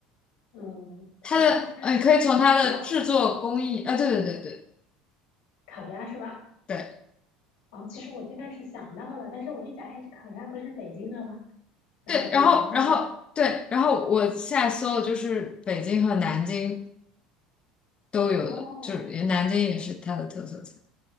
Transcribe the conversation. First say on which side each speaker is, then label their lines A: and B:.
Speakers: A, on the left (about 80°); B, on the left (about 35°).
A: 嗯，
B: 它的，
A: 集中餐烤鸭，
B: 呃，你可以从它的制作工艺，啊、对对对对
A: 烤鸭是吧？
B: 对
A: 哦，其实我最开始想到了，但是我一想，哎，这烤鸭不是北京的吗？然后我就犹豫了。
B: 对，然后然后对，然后我现在搜的就是北京和南京。都有的，
A: 哦，
B: 就是南京也是它的特色菜。
A: 嗯，